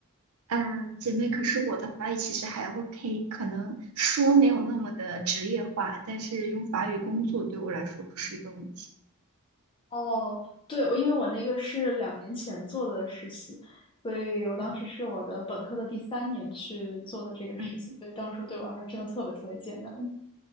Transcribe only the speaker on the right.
嗯，姐妹，可是我的法语其实还 OK，可能说没有那么的职业化，但是用法语工作对我来说不是一个问题。
嗯，嗯。